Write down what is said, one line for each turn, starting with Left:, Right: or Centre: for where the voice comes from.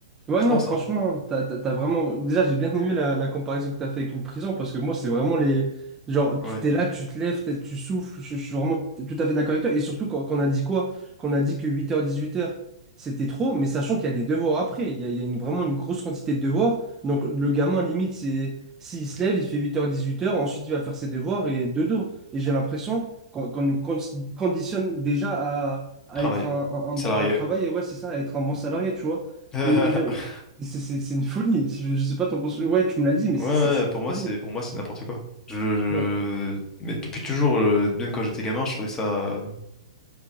Right: Ouais,
Left: Je
Right: non,
Left: pense,
Right: franchement,
Left: hein.
Right: t'as, t'as- t'as vraiment. Déjà, j'ai bien aimé la, la comparaison que t'as fait avec une prison parce que moi, c'est vraiment les. Genre,
Left: Ouais.
Right: tu t'es là, tu te lèves, t'es- tu souffles, je, je suis vraiment tout à fait d'accord avec toi. Et surtout, quand, quand on a dit quoi? Quand on a dit que huit heures dix-huit heures c'était trop, mais sachant qu'il y a des devoirs après. Il y a, il y a une- vraiment une grosse quantité de devoirs. Donc, le gamin, limite, c'est. S'il se lève, il fait huit heures dix-huit heures ensuite, il va faire ses devoirs et dodo. Et j'ai l'impression qu'on qu'on nous con- conditionne déjà à, à
Left: Travail.
Right: être un, un- un
Left: Salarié.
Right: bon. à travailler, ouais, c'est ça, à être un bon salarié, tu vois.
Left: <laughs>
Right: Et, et j'ai- c'est c'est- c'est une folie. Je, je sais pas, t'en penses. Ouais, tu me l'as dit, mais
Left: Ouais,
Right: c'est
Left: ouais,
Right: c'est- c'est
Left: pour
Right: une
Left: moi,
Right: folie.
Left: c'est pour moi, c'est n'importe quoi. Je, je-
Right: Ouais.
Left: mais depuis toujours, euh, même quand j'étais gamin, je trouvais ça.